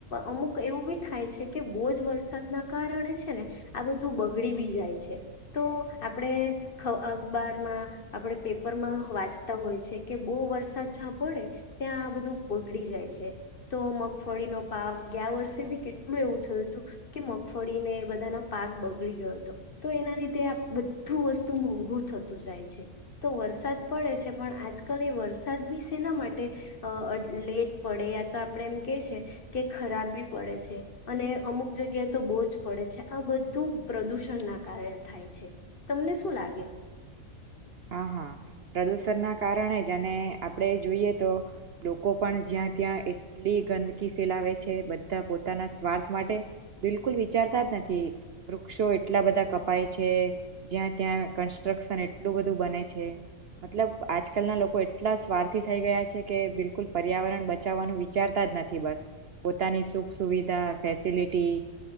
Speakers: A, on the left; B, on the right.
A: અમુક એવું બી થાય છે કે બહુજ વરસા વરસાદના કારણે છે ને આ બધું બગડી બી જાય છે. તો આપણે ખ અખબારમાં આપણે પેપરમાં વાંચતા હોય છે, કે બહુ વરસાદ જ્યાં પડે ત્યાં આ બધું બગડી જાય છે. તો મગફળીનો ભાવ ગ્યા વર્ષે બી કેટલું એવું થયું હતું. કે મગફળીને એ બધાનો પાક બગડી ગયો હતો તો, એના લીધે આ બધું વસ્તુ મોંઘું થતું જાય છે તો વરસાદ પડે છે. પણ આજકાલ એ વરસાદ બી શેના માટે અ લેટ પડે યા તો આપણે એમ કે છે કે ખરાબ બી પડે છે. અને અમુક જગ્યા તો બહુ જ પડે છે. આ બધું પ્રદુષણ ના કારણે થાય છે તમને શું લાગે?
B: હા-હા પ્રદુષણના કારણે જ અને આપણેે જોઈએ તો લોકો પણ જ્યાં ત્યાં એટલી ગંદકી ફેલાવે છે. બધા પોતાના સ્વાર્થ માટે બિલકુલ વિચારતા જ નથી. વૃક્ષો એટલા બધા કપાય છે. જ્યાં ત્યાં કન્સ્ટ્રક્શન એ એટલું બધું બને છે મતલબ આજકાલના લોકો એટલા સ્વાર્થી થઈ ગયા છે કે બિલકુલ પર્યાવરણ બચાવવાનું વિચારતા જ નથી બસ પોતાની સુખ, સુવિધા, ફેસિલિટી